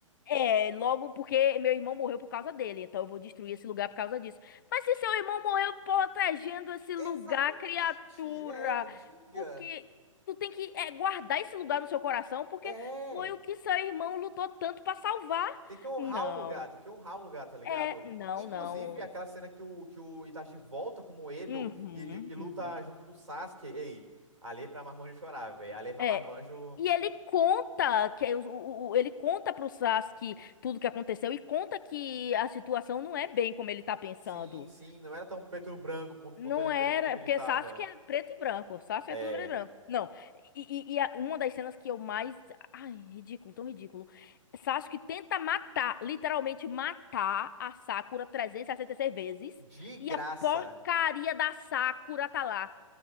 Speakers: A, on the left; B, on the right.
A: É, logo porque meu irmão morreu por causa dele, então eu vou destruir esse lugar por causa disso. Mas se seu irmão morreu protegendo esse
B: Exatamente.
A: lugar, criatura,
B: É, diga.
A: porque tu tem que é, guardar esse lugar no seu coração, porque
B: É.
A: foi o que seu irmão lutou tanto pra salvar.
B: Tem que honrar
A: Não,
B: o lugar, tem que honrar o lugar, tá ligado?
A: é, não,
B: Inclusive,
A: não.
B: aquela cena que o, que o Itachi volta com o Edo
A: Uhum,
B: e, ju- e luta
A: uhum.
B: junto do Sasuke. Ei, ali é pra Marmanjo chorar, velho. Ali é pra
A: É.
B: Marmanjo.
A: E ele conta que o, o- o- ele conta pro Sasuke tudo que aconteceu e conta que a situação não é bem como ele tá pensando.
B: Sim, sim, não era tão preto no branco quanto, quanto
A: Não
B: ele,
A: era,
B: ele acreditava.
A: é porque Sasuke é preto e branco. Sasuke
B: É.
A: é tudo preto e branco. Não. E, e- e a- uma das cenas que eu mais. Ai, ridículo, tão ridículo. Sasuke tenta matar, literalmente matar a Sakura 366 vezes.
B: De graça.
A: E a porcaria da Sakura tá lá.